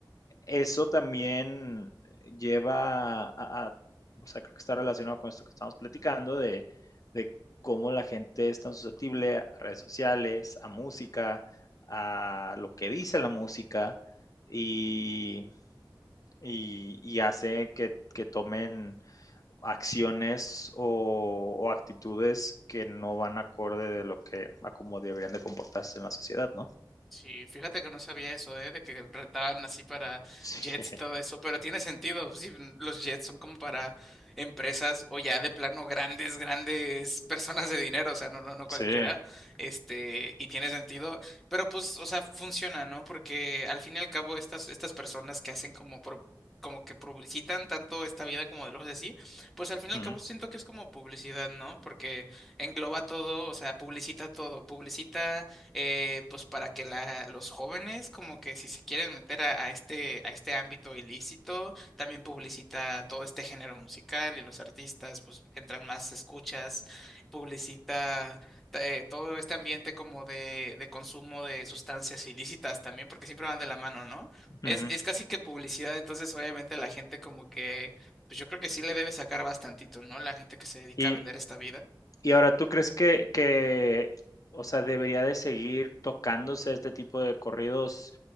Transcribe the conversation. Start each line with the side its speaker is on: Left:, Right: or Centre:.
Left: eso también lleva a, a- o sea, creo que está relacionado con esto que estamos platicando de, de cómo la gente es tan susceptible a redes sociales, a música, a lo que dice la música y, y- y hace que, que tomen acciones o, o actitudes que no van acorde de lo que, a cómo deberían de comportarse en la sociedad, ¿no?
Centre: Sí, fíjate que no sabía eso, ¿eh? De que rentaban así para
Left: <laughs>
Centre: jets y todo eso, pero tiene sentido, sí, los jets son como para empresas o ya de plano grandes, grandes personas de dinero, o sea, no, no, no cualquiera,
Left: Sí, sí.
Centre: este, y tiene sentido, pero pues, o sea, funciona, ¿no? Porque al fin y al cabo estas, estas personas que hacen como pro- como que publicitan tanto esta vida como de los así, pues al fin y al
Left: ujú,
Centre: cabo siento que es como publicidad, ¿no? Porque engloba todo, o sea, publicita todo, publicita eh, pues para que la- los jóvenes como que si se quieren meter a, a este, a este ámbito ilícito, también publicita todo este género musical y los artistas pues entran más escuchas, publicita ta- eh, todo este ambiente como de, de consumo de sustancias ilícitas también, porque siempre van de la mano, ¿no? Es,
Left: ujú.
Centre: es casi que publicidad, entonces obviamente la gente como que, pues yo creo que sí le debe sacar bastantito, ¿no? La gente que se dedica
Left: Y,
Centre: a vender esta vida.
Left: Y ahora, ¿tú crees que, que, o sea, debería de seguir tocándose este tipo de corridos